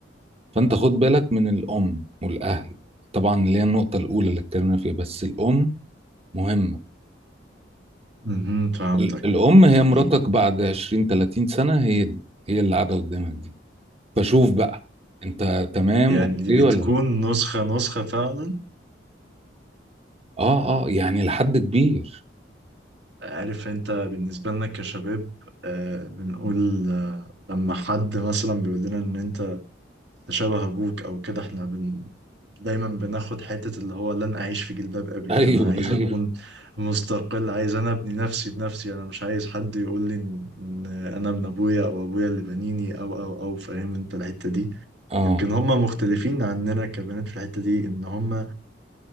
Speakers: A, on the right; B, on the right.
A: فانت خد بالك من الام والاهل طبعا اللي هي النقطه الاولى اللي اتكلمنا فيها بس الام مهمه
B: امم فهمتك
A: ال- الأم هي
B: جميل
A: مراتك بعد 20 30 سنة هي دي هي اللي قاعدة قدامك دي فشوف بقى أنت تمام
B: يعني
A: أوكي
B: دي بتكون
A: ولا لأ
B: نسخة نسخة فعلا
A: أه أه يعني لحد كبير
B: عارف انت بالنسبة لنا كشباب آه بنقول آه لما حد مثلا بيقول لنا ان انت تشابه ابوك او كده احنا بن دايما بناخد حتة اللي هو لن اعيش في جلباب ابي
A: <laughs> أيوه
B: انا عايز
A: أيوه
B: اكون مستقل عايز انا ابني نفسي بنفسي انا مش عايز حد يقول لي ان إن انا ابن ابويا او ابويا اللي بنيني او او او فاهم انت الحتة دي
A: أه
B: يمكن هم مختلفين عننا كبنات في الحتة دي ان هم آه